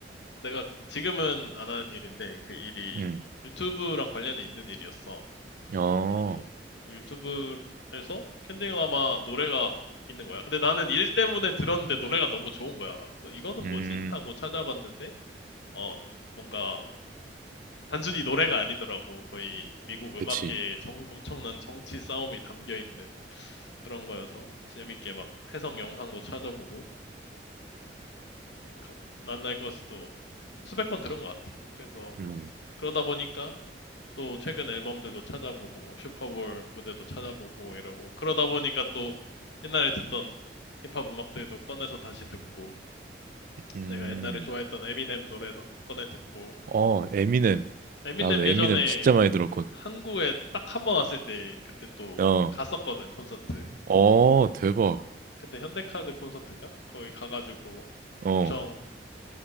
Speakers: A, on the left (about 80°); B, on the right (about 50°).
A: 내가 지금은 안 하는 일인데, 그 일이
B: 음.
A: 유튜브랑 관련이 있는 일이었어.
B: 어,
A: 그래서 그 유튜브에서 캔디라마 노래가 있는 거야. 근데 나는 일 때문에 들었는데 노래가 너무 좋은 거야. 그래서 이거는
B: 음,
A: 뭐지? 하고 찾아봤는데 어 뭔가 단순히 노래가 아니더라고. 거의 미국 음악계의
B: 그치.
A: 정- 엄청난 정치 싸움이 담겨 있는 그런 거여서 재밌게 막 해석 영상도 찾아보고 그- 난날 것도 수백 번 들은 것 같아. 그래서
B: 음,
A: 그러다 보니까 또 최근 앨범들도 찾아보고 뭐 슈퍼볼 무대도 찾아보고 이러고 그러다 보니까 또 옛날에 듣던 힙합 음악들도 꺼내서 다시 듣고
B: 음.
A: 내가 옛날에 좋아했던 에미넴 노래에서 꺼내 듣고
B: 어, 에미넴.
A: 에미넴
B: 나도
A: 예전에
B: 에미넴 진짜 많이 들었거든.
A: 한국에 딱 한 번 왔을 때 그때 또
B: 어,
A: 갔었거든 콘서트
B: 어, 대박.
A: 그때 현대카드 콘서트인가 거기 가가지고
B: 어,
A: 엄청